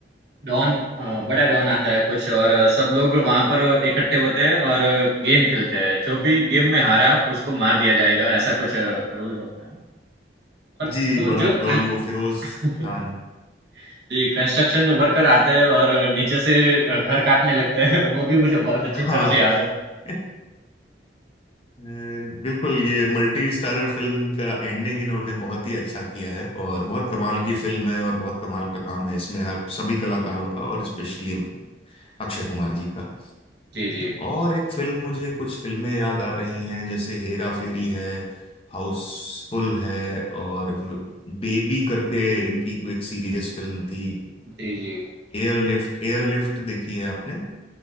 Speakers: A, on the right (about 70°); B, on the left (about 35°).
A: डॉन अ, बड़ा डॉन आता है कुछ और अ, सब लोग वहाँ पर इकट्ठे होते हैं और गेम खेलते हैं, जो भी गेम में हारा उसको मार दिया जाएगा, ऐसा कुछ रूल होता है। और
B: जी
A: वो
B: बड़ा
A: जो
B: डॉन
A: कं
B: वो फिरोज
A: <laughs>
B: खान
A: जी, कंस्ट्रक्शन वर्कर आते हैं और नीचे से अ, घर काटने लगते हैं, <laughs> वो भी मुझे बहुत अच्छी
B: हाँ
A: तरह से याद है।
B: <laughs> अ, बिल्कुल ये मल्टी स्टारर फिल्म का एंडिंग इन्होंने बहुत ही अच्छा किया है और बहुत कमाल की फिल्म है और बहुत कमाल का काम है इसमें हर सभी कलाकारों का और स्पेशली अक्षय कुमार जी का
A: जी, जी।
B: और एक फिल्म मुझे कुछ फिल्में याद आ रही हैं जैसे हेरा फेरी है हाउसफुल है और बेबी करके इनकी कोई एक सीरियस फिल्म थी
A: जी, जी।
B: एयरलिफ्ट एयरलिफ्ट देखी है आपने